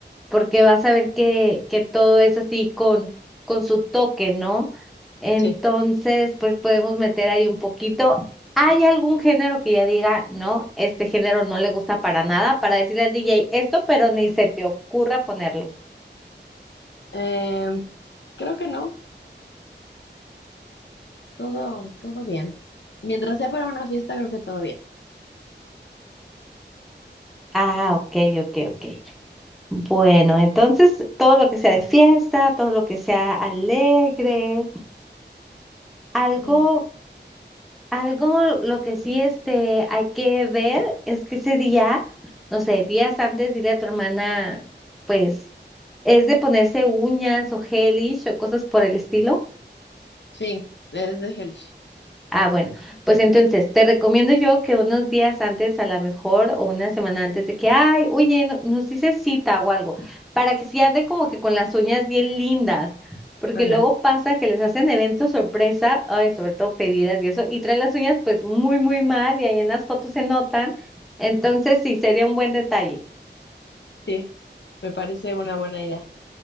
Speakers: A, in the centre; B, on the left.
A: porque vas a ver que, que todo es así con, con su toque, ¿no? Entonces,
B: Sí,
A: pues podemos meter ahí un poquito. ¿Hay algún género que ya diga, no, este género no le gusta para nada, para decirle al DJ esto, pero ni se te ocurra ponerlo?
B: em, creo que no, todo, todo bien. Mientras sea para una fiesta, creo que todo bien.
A: Ah, ok, ok, ok. Bueno, entonces todo lo que sea de fiesta, todo lo que sea alegre, algo
B: Sí,
A: Algo lo que sí este, hay que ver es que ese día, no sé, días antes, dile a tu hermana, pues, es de ponerse uñas o gelish o cosas por el estilo.
B: sí, es de Hellish.
A: Ah, bueno, pues entonces te recomiendo yo que unos días antes, a lo mejor, o una semana antes de que, ay, oye, no- nos hice cita o algo, para que sí ande como que con las uñas bien lindas, porque
B: Ándale,
A: luego pasa que les hacen eventos sorpresa, ay, sobre todo pedidas y eso, y traen las uñas pues muy, muy mal y ahí en las fotos se notan, entonces sí, sería un buen detalle.
B: sí, me parece una buena idea.